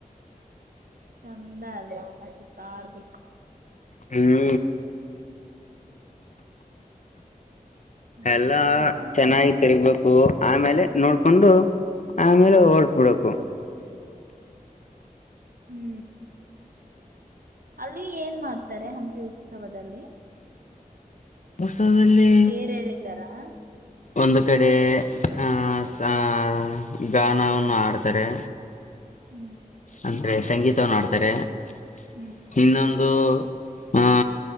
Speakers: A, on the right (about 75°); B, on the left (about 55°).
A: ಚಂದ ಅಲ್ಲ ಚತಡ್ಬೇಕಕ್
B: ಹೂ ಎಲ್ಲಾ
A: ಏನೇನೋ
B: ಚೆನ್ನಾಗಿ
A: ಇದ
B: ತಿರ್ಗ್ಬೇಕು ಆಮೇಲೆ ನೋಡ್ಕೊಂಡು ಆಮೇಲೆ ಹೊರ್ಟ್ಬಿಡ್ು
A: ಹೂ ಅಲ್ಲಿ ಏನ್ ಮಾಡ್ತಾರೆ ಹಂಪಿ ಉತ್ಸವದಲ್ಲಿ
B: ಮು ಉತ್ಸವದಲ್ಲಿ
A: ತೇರ್ ಎಳಿತಾರಾ
B: ಒನ್ ಕಡೆ ಆಹ ಗಾನವನ್ನು ಆಡ್ತಾರೆ
A: ಹ್ಮ್.
B: ಅಂದ್ರೆ ಸಂಗೀತ್ ನೋಡ್ತಾರೆ ತ್ತರ
A: ಹ್ಮ್
B: ಇನ್ನೊಂದು ಆ